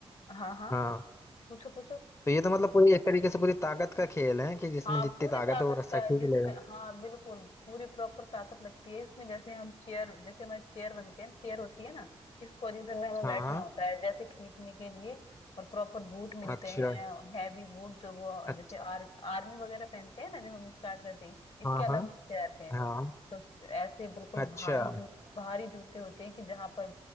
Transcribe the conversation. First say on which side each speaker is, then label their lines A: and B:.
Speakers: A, on the left; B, on the left.
A: हाँ हाँ
B: हाँ
A: पूछो पूछो
B: तो ये तो मतलब पूरी एक तरीके से पूरी ताकत का खेल है कि जिसमें
A: हाँ
B: जितनी
A: पूरी
B: ताकत
A: ताकत
B: है वो रस्सा
A: का
B: खींच
A: है जिसमें
B: लेगा
A: हाँ बिल्कुल पूरी प्रॉपर ताकत लगती है इसमें जैसे हम चेयर जैसे हमारी चेयर बनती है चेयर होती है ना इस पोजीशन में हमें
B: हाँ
A: बैठना
B: हाँ
A: होता है जैसे खींचने के लिए और प्रॉपर बूट मिलते
B: अच्छा
A: हैं हैवी बूट जो वो
B: अच्छा
A: जैसे आर, आर्मी वगैरह पहनते हैं ना जब हम स्टार्ट करते हैं इस, इसके
B: हाँ
A: अलग
B: हाँ
A: जूते आते हैं
B: हाँ
A: तो ऐसे बिल्कुल
B: अच्छा
A: भारी जू भारी जूते होते हैं कि जहां पर